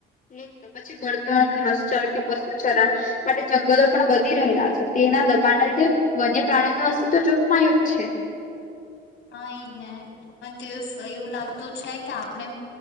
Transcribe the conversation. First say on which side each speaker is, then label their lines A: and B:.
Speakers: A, on the left; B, on the left.
A: હમ્મ, પછી બળતણ, ઘાસચાર કે પશુ ચરા માટે જંગલો પણ વધી રહેલા છે, તેના દબાણના લીધે વન્ય પ્રાણી નું અસ્તિત્વ જોખમાયું જ છે.
B: હા એજ ને પણ તેવું સયુ લાગતું છે કે આપણે